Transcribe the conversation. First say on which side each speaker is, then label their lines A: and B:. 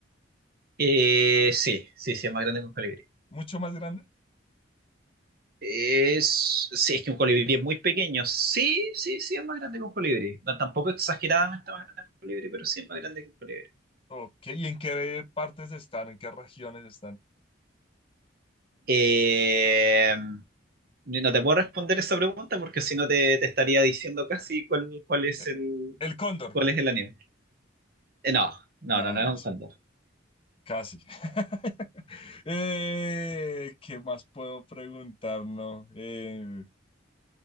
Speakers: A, on the right; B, on the left.
A: Eh, sí, sí, sí, es más grande que un colibrí.
B: ¿Mucho más grande?
A: Es, sí, es que un colibrí es muy pequeño. Sí, sí, sí, es más grande que un colibrí. No, tampoco exageradamente más grande que un colibrí, pero sí es más grande que un colibrí.
B: Ok, ¿y en qué partes están? ¿En qué regiones están?
A: Eh, no te puedo responder esa pregunta porque si no te, te estaría diciendo casi cuál, cuál es
B: Eh,
A: el,
B: ¿el cóndor?
A: cuál es el animal. Eh, no, no,
B: No,
A: no, no es un cóndor.
B: sí, casi. <laughs> Eh, ¿qué más puedo preguntar? No, eh,